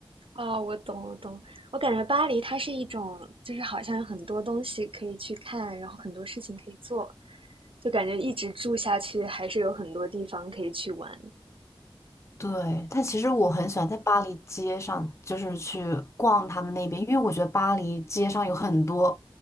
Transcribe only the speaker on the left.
对，但其实我很喜欢在巴黎街上，
就是去逛他们那边，因为我觉得巴黎街上有很多